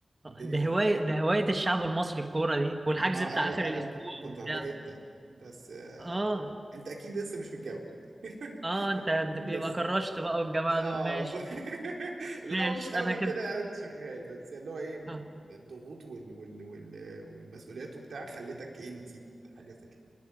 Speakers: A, on the right (about 80°); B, on the right (about 20°).
A: الدنيا
B: ده
A: باظت
B: هوايه ده هوايه الشعب المصري الكوره دي والحجز
A: ما
B: بتاع
A: أنا
B: اخر
A: أنا
B: الاسبوع
A: كنت
B: وبتاع
A: بحبها جدا بس آه،
B: اه
A: أنت أكيد لسه مش متجوز <laughs>
B: اه انت انت
A: أكيد
B: يبقى
A: لسه
B: كرشت بقى والجماعه
A: اه
B: دول ماشي
A: بالظبط <laughs> لا
B: ماشي
A: هو مش قوي
B: انا كده
A: كده يعني شغال بس اللي هو ايه
B: اه
A: الضغوط وال... وال... وال... والمسؤوليات وبتاع خلتك ايه نسيت حاجه زي